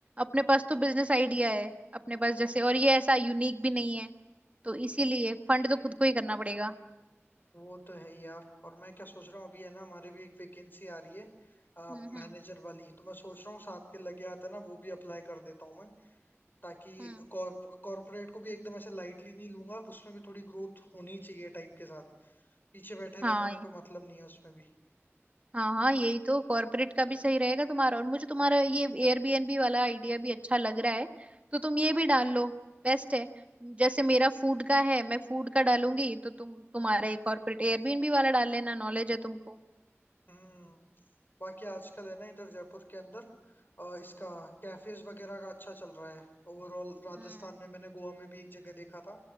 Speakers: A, on the right; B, on the left.
A: अपने पास तो बिजनेस आइडिया है अपने पास जैसे और ये ऐसा यूनिक भी नहीं है तो इसीलिए फंड तो खुद को ही करना पड़ेगा
B: वो तो है ही यार और मैं क्या सोच रहा हूँ अभी है ना हमारे भी एक वैकेंसी आ रही है
A: हम्म
B: मैनेजर
A: हम्म
B: वाली तो मैं सोच रहा हूँ साथ के लगे हाथ है ना वो भी अप्लाई कर देता हूँ मैं ताकि
A: हम्म
B: कॉर्पोरेट को भी एकदम ऐसे लाइटली नहीं लूंगा उसमें भी थोड़ी ग्रोथ होनी चाहिए टाइम के साथ पीछे बैठे रहने
A: हाँ
B: में कोई मतलब नहीं है उसमें भी
A: हाँ हाँ यही तो कॉर्पोरेट का भी सही रहेगा तुम्हारा और मुझे तुम्हारा ये एयरबीएनबी वाला आइडिया भी अच्छा लग रहा है तो तुम ये भी डाल लो बेस्ट है जैसे मेरा फूड का है मैं फूड का डालूंगी तो तुम तुम्हारा ये कॉर्पोरेट एयरबीएनबी वाला डाल लेना नॉलेज है तुमको
B: हम्म बाकी आजकल है ना इधर जयपुर के अंदर अ, इसका कैफेज वगैरह का अच्छा चल रहा है ओवरऑल राजस्थान
A: हम्म
B: में मैंने गोवा में भी एक जगह देखा था